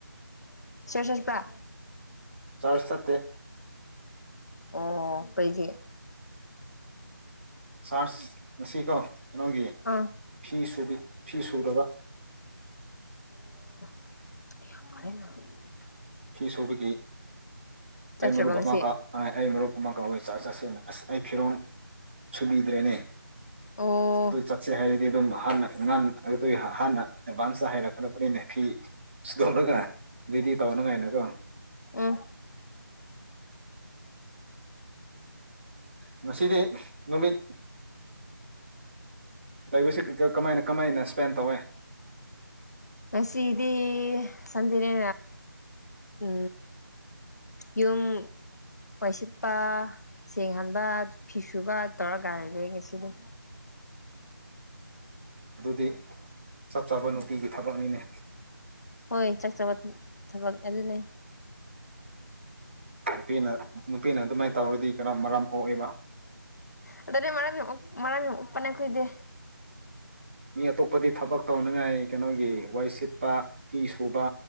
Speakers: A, on the left; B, on the right.
A: ꯁꯦꯠꯄꯥ
B: ꯆꯔꯖꯇ
A: ꯑꯣ ꯄꯩꯖꯦ
B: ꯁꯥꯔꯁ ꯉꯁꯤꯀꯣ ꯀꯩꯅꯣꯒꯤ
A: ꯑꯥ
B: ꯐꯤ ꯁ ꯐꯤ ꯁꯨꯗꯕ
A: ꯔ
B: ꯐꯤ ꯁꯨꯕꯒꯤ
A: ꯆꯠꯇ꯭ꯔꯕ
B: ꯑꯩ ꯃꯔꯨꯞ
A: ꯉꯁꯤ
B: ꯑꯃꯒ ꯑꯩ ꯃꯔꯨꯞ ꯑꯃ ꯀꯧꯋꯦ ꯆꯥꯛ ꯆꯥꯁꯦ ꯑꯁ ꯑꯩ ꯐꯤꯔꯣꯟꯜ ꯁꯨꯕꯤꯗ꯭ꯔꯦꯅꯦ
A: ꯑꯣ
B: ꯑꯗꯨ ꯆꯠꯁꯦ ꯍꯥꯏꯔꯗꯤ ꯑꯗꯨꯝ ꯍꯥꯟꯅ ꯑꯉꯥꯟ ꯑꯗꯨꯒꯤ ꯍꯥꯟꯅ ꯑꯦꯗꯚꯥꯟꯁꯇ ꯍꯥꯏꯔꯛꯀꯕꯅꯤꯅ ꯐꯤ ꯁꯨꯗꯣꯛꯂꯒ ꯑꯗꯨꯗꯤ ꯇꯧꯅꯉꯥꯏꯅꯀꯣ
A: ꯑ
B: ꯉꯁꯤꯗꯤ ꯅꯨꯃꯤꯠ ꯂꯩꯕꯁꯤ ꯀꯃꯥꯏꯅ ꯀꯃꯥꯏꯅ ꯏꯁꯄꯦꯟ ꯇꯧꯋꯦ
A: ꯃꯁꯤꯗꯤ ꯁꯗꯤꯅꯦ ꯎ ꯌꯨꯝ ꯄꯩꯁꯤꯠꯄ ꯁꯦꯡꯍꯟꯕ ꯐꯤ ꯁꯨꯕ ꯇꯧꯔꯒ ꯒꯥꯔꯤ ꯂꯩ ꯉꯁꯤꯗꯤ
B: <unintelligible> ꯑꯗꯨꯗꯤ ꯆꯞ ꯆꯥꯕ ꯅꯨꯄꯤꯒꯤ ꯊꯕꯛꯅꯤꯅꯦ
A: ꯍꯣꯏ ꯆꯥꯛ ꯆꯥꯕ ꯊꯕꯛ ꯑꯗꯨꯅꯦ
B: ꯄꯤꯅ ꯅꯨꯄꯤꯅ ꯑꯗꯨꯃꯥꯏꯅ ꯇꯧꯔꯗꯤ ꯀꯔ ꯃꯔꯥꯝ ꯑꯣꯛꯑꯦꯕ
A: ꯑꯗꯨꯗꯅꯦ ꯃꯔꯃꯤ ꯃꯔꯃꯤ ꯎꯄꯅ ꯀꯗꯦ
B: ꯃꯤ ꯑꯇꯣꯞꯄꯗꯤ ꯊꯕꯛ ꯇꯧꯅꯤꯡꯉꯥꯏ ꯀꯩꯅꯣꯒꯤ ꯋꯥꯩ ꯁꯤꯠꯄ ꯐꯤ ꯁꯨꯕ